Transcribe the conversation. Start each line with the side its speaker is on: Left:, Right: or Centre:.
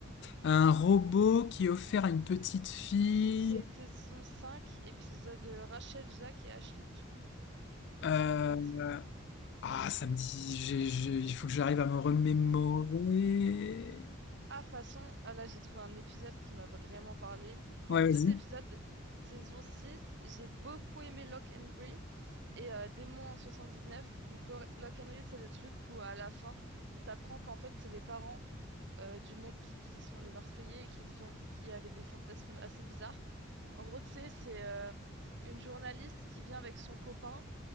Left: Un robot qui est offert à une petite fille.
Right: C'est saison 5 épisode euh, Rachel, Jacques et Ashley tout.
Left: euh,
Right: Enfin,
Left: Ah, ça me dit. j'ai- j'ai- Il faut que j'arrive à me remémorer.
Right: Ah, façon, ah là, j'ai trouvé un épisode qui m'a vraiment parlé. Enfin,
Left: Ouais, vas-y.
Right: deux épisodes, saison six J'ai beaucoup aimé Lock Henry et euh, Démon en neuf Donc, Lo- Lock Henry, c'est le truc où, à la fin, t'apprends qu'en fait, c'est les parents euh, du mec qui sont les meurtriers et qui, faisons- qui avaient des fantasmes assez bizarres. En gros, tu sais, c'est euh, une journaliste qui vient avec son copain,